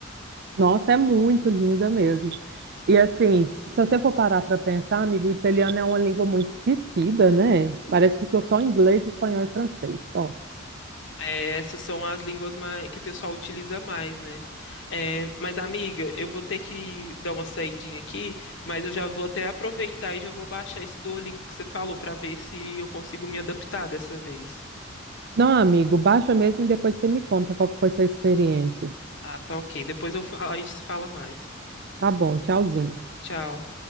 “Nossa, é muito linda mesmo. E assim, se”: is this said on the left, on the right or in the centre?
Right